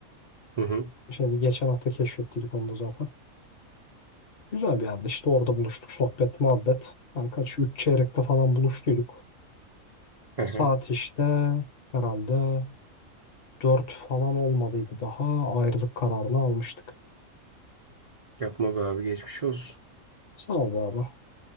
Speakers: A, on the right (about 40°); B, on the left (about 50°).
A: Hı hı.
B: Şimdi geçen hafta keşfettiydik onu da zaten. Güzel bir yerde. işte orada buluştuk. Sohbet, muhabbet. Yani kaç? üç çeyrekte falan buluştuyduk.
A: Hı
B: Saat
A: hı.
B: işte herhalde 4 falan olmadıydı daha. Ayrılık kararını almıştık.
A: Yapma be abi geçmiş olsun.
B: Sağ ol be abi.